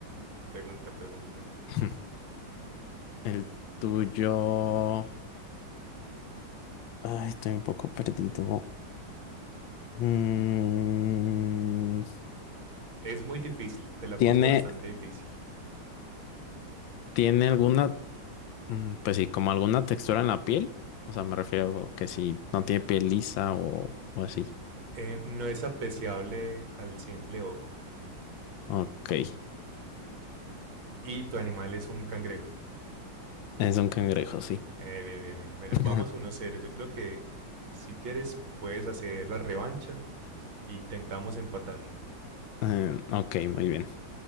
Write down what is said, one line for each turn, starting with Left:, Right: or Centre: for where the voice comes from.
Right: Pregunta, pregunta.
Left: <laughs> El tuyo. Ay, estoy un poco perdido. Mm,
Right: Es muy difícil, te la
Left: ¿tiene,
Right: puse bastante difícil.
Left: tiene alguna, mm, pues sí, como alguna textura en la piel? O sea, me refiero que si no tiene piel lisa o, o así.
Right: Eh, no es apreciable al simple ojo.
Left: Ok.
Right: Y tu animal es un cangrejo.
Left: Es un cangrejo, sí.
Right: Eh, bien, bien, bien. Bueno,
Left: <laughs>
Right: vamos 1-0. Yo creo que si quieres puedes hacer la revancha e intentamos empatar.
Left: Eh, ok, muy bien.